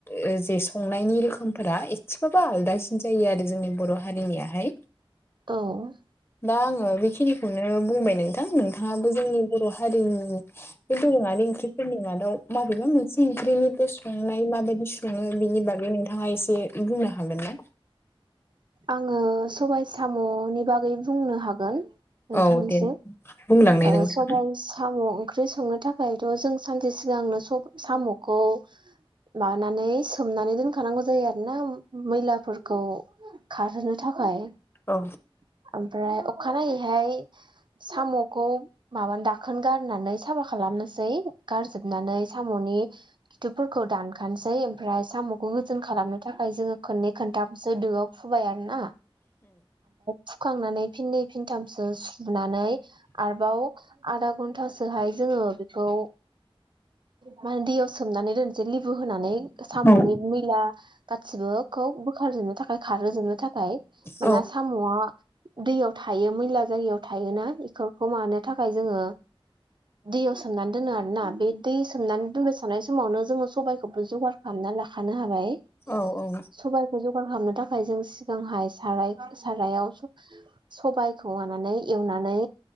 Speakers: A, on the left; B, on the right.
A: ओ जे संनायनि रोखोमफोरा एसेबाबो आलदासिन जायो आरो जोंनि बर' हारिनियाहाय
B: औ
A: दा आङो बेखिनिखौनो बुंबाय नों थां नोंथाङाबो जोंनि बर' हारिनि बे दोरोङारि ओंख्रिफोरनि मादाव माबेबा मोनसे ओंख्रिनि बे संनाय माबायदि संङो बेनि बागै नोंथाङा एसे बुंनो हागोन ना?
B: आङो सबाय साम'नि बागै बुंनो हागोन नोंथांनिसिम
A: औ दे बुंलांनाय
B: ओ
A: नोंथां
B: सबाय सा म ओंख्रि संनो थाखायथ' जों सानसे सिगांनो स साम'खौ मानानै सोमनानै दोनखानांगौ जायो आरोना मैलाफोरखौ खारहोनो थाखाय
A: औ
B: <inaudible> ओमफ्राय अखानायैहाय साम'खौ माबा दाखोन गारनानै साफा खालाम नोसै गारजोबनानै सामनि खिथुफोरखौ दानखासै ओमफ्राय साम'खौ गोजोन खालामनो थाखाय जोङो खननै खनथामसो दोआव फुबाय आरोना फुखांनानै फिननै फिनथामसो सुनानै आरोबाव आधा घन्टासोहाय जोङो बेखौ माहोनो दैयाव सोमनानै दोन से लिबु होनानै साम'नि
A: औ
B: मैला गासिबोखौ बोखारजोबनो थाखाय खारोजोबनो थाखा खाय
A: औ
B: माना साम'आ दैयाव थायो मैला जायगायाव थायोना इफोरखौ मानो थाखाय जोङो दैयाव सोमनानै दोनो आरोना बे दै सोमनानै दोनबाय थानायानाय समावनो जोङो सबायखौबो जगार खालामनानै लाखानो हाबाय
A: औ औ
B: सबायखौ जगार खालामनो थाखाय जों सिगांहाय साराय सबाइखौ मानानै एवनानै